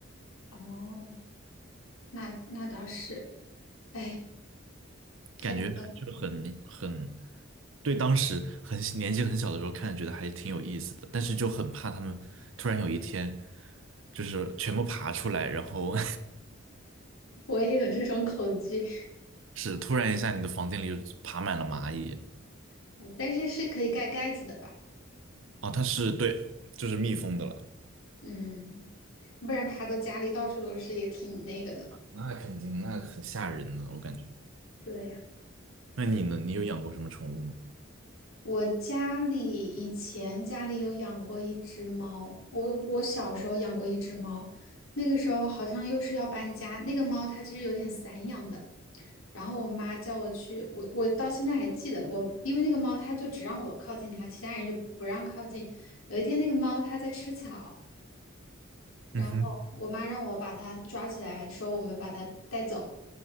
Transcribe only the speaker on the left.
哦，那那倒是，哎，还挺，
我也有这种恐惧，
<laughs> 但是是可以盖盖子的吧？
嗯，不然爬到家里到处都是也挺那个的。
对呀。
我家里以前家里有养过一只猫，我我小时候养过一只猫，那个时候好像又是要搬家，那个猫它其实有点散养的，然后我妈叫我去，我我到现在还记得，我因为那个猫它就只让我靠近它，其他人就不让靠近。有一天那个猫它在吃草。然后我妈让我把它抓起来，
说我们把它带走，